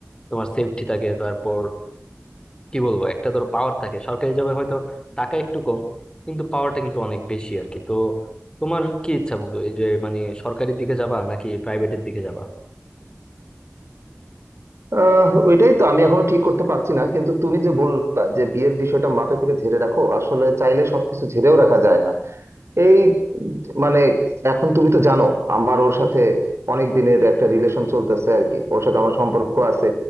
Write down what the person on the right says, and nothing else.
আহ ওইটাই তো আমি এখনো ঠিক করতে পারছি না কিন্তু তুমি যে বললা যে বিয়ের বিষয়টা মাথা থেকে ঝেড়ে রাখো আসলে চাইলে সবকিছু ঝেড়েও রাখা যায় না এই মানে এখন তুমি তো জানো আমার ওর সাথে অনেক দিনের একটা রিলেশন চলতেছে আর কি ওর সাথে আমার সম্পর্ক আছে